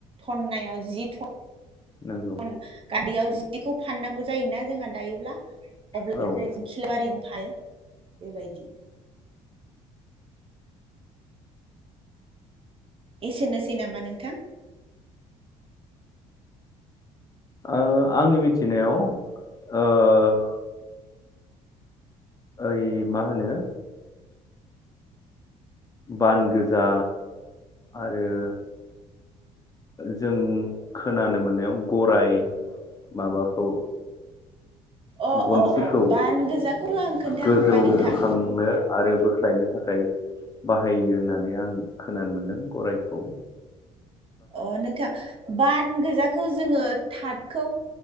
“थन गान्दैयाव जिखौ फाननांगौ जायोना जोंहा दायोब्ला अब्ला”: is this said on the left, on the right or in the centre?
Right